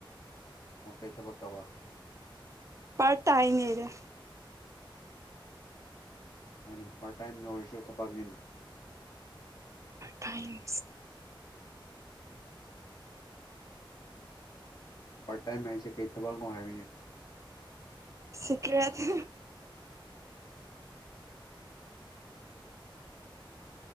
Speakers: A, on the left; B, on the right.
A: ꯑꯣ ꯀꯩ ꯊꯕꯛ ꯇꯧꯕ
B: ꯄ ꯇꯥꯏ ꯉꯔꯦ
A: ꯍꯣꯏ ꯅ ꯄꯔ ꯇꯥꯏꯝꯁꯨ ꯊꯅꯤ
B: ꯇꯥꯏꯝ
A: ꯄꯔ ꯇꯥꯏꯝ ꯍꯥꯏꯁ ꯀꯩ ꯊꯕ ꯅꯣ ꯍꯥꯏ
B: ꯁꯤꯀꯔꯗ